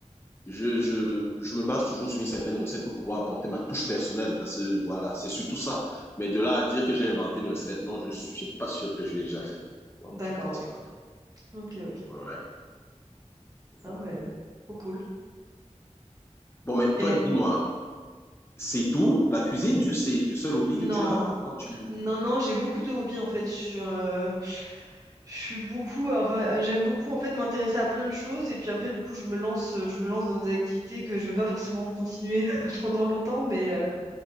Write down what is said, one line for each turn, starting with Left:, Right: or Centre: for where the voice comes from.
Left: je, je, je me base toujours sur une certaine recette pour pouvoir apporter ma touche personnelle. Ça, c'est- Voilà, c'est surtout ça. Mais de là à dire que j'ai inventé une recette, non, je suis pas sûr que je l'ai déjà fait. Non,
Right: D'accord,
Left: je pense
Right: ok.
Left: pas.
Right: Ok, ok.
Left: Ouais, c'est
Right: Ah,
Left: ça.
Right: mais trop cool.
Left: Bon, mais
Right: Et
Left: toi, dis-moi, c'est tout? La cuisine, juste, c'est le seul hobby
Right: non,
Left: que tu as quand tu...
Right: non, non, j'ai beaucoup de hobbies en fait. Je suis, euh, Je suis beaucoup, euh, enfin, euh, j'aime beaucoup en fait m'intéresser à plein de choses et puis après du coup je me lance, euh, je me lance dans des activités que je vais pas forcément continuer <laughs> pendant longtemps, mais euh,